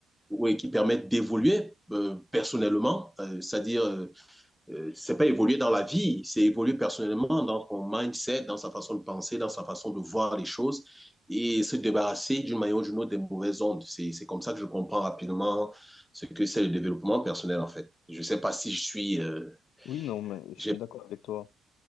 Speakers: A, in the centre; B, on the left (about 75°).
A: oui, qui permettent d'évoluer euh, personnellement, euh, c'est-à-dire euh, euh, c'est pas évoluer dans la vie, c'est évoluer personnellement dans son mindset, dans sa façon de penser, dans sa façon de voir les choses et se débarrasser d'une manière ou d'une autre des mauvaises ondes. C'est c'est comme ça que je comprends rapidement ce que c'est le développement personnel en fait. Je sais pas si je suis euh,
B: Oui, non, mais je
A: j'ai
B: suis d'accord avec toi.